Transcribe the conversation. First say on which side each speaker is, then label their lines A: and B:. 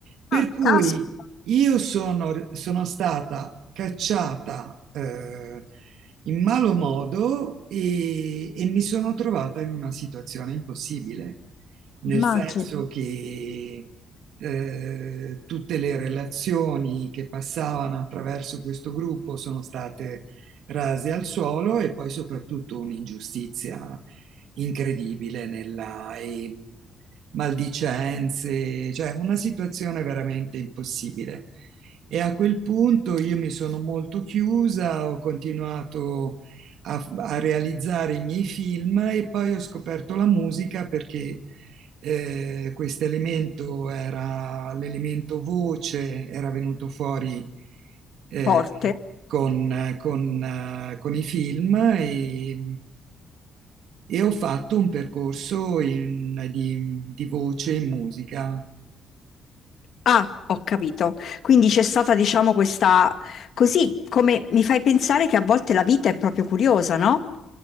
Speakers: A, on the right (about 80°); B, on the left (about 65°).
A: Per
B: ah,
A: cui
B: caspita,
A: io sono, sono stata cacciata eh, in malo modo e, e mi sono trovata in una situazione impossibile, nel
B: immagino,
A: senso che eh, tutte le relazioni che passavano attraverso questo gruppo sono state rase al suolo e poi soprattutto un'ingiustizia incredibile nella... e- maldicenze, cioè una situazione veramente impossibile. E a quel punto io mi sono molto chiusa, ho continuato a, a realizzare i miei film e poi ho scoperto la musica perché eh, questo elemento era l'elemento voce, era venuto fuori eh,
B: forte.
A: con, con, eh, con i film e, e ho fatto un percorso in- di, di voce in musica.
B: Ah, ho capito. Quindi c'è stata, diciamo, questa... Così come mi fai pensare che a volte la vita è proprio curiosa, no?